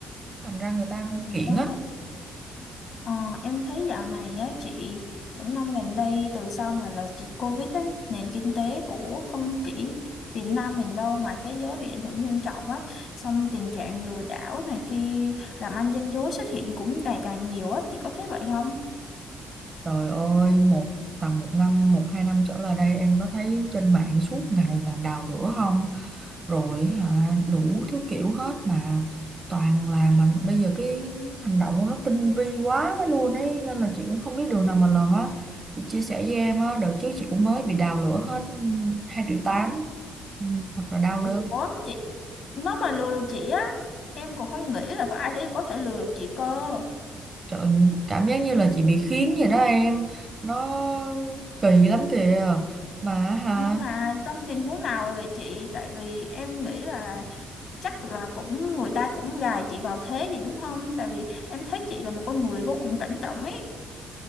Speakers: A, on the right; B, on the left.
A: thành ra người ta
B: Ừ,
A: kiện
B: em
A: á
B: thì Ờ, em thấy dạo này á chị những năm gần đây từ sau mà là chị Covid á nền kinh tế của không chỉ Việt Nam mình đâu mà thế giới bị ảnh hưởng nghiêm trọng á xong tình trạng lừa đảo này kia làm ăn gian dối xuất hiện cũng ngày càng nhiều á chị có thấy vậy không?
A: Trời ơi, một tầm một năm, một hai năm trở lại đây em có thấy trên mạng suốt ngày là đào lửa không? Rồi hả, đủ thứ kiểu hết mà toàn là mình bây giờ cái hành động của nó tinh vi quá luôn ấy nên là chị cũng không biết đường nào mà lần á. Chị chia sẻ với em á, đợt trước chị cũng mới bị đào lửa hết hai triệu tám Ừ, Thật là đau đớn.
B: Ủa chị nó mà lừa được chị á em còn không nghĩ là có ai thế có thể lừa được chị cơ
A: Trời, ơi, cảm giác như là chị bị khiến vậy đó em. Nó kỳ lắm kìa. Mà hả
B: nhưng mà trong tình huống nào vậy chị tại vì em nghĩ là chắc là cũng người ta cũng gài chị vào thế gì đúng không tại vì em thấy chị là một con người vô cùng cảnh trọng ấy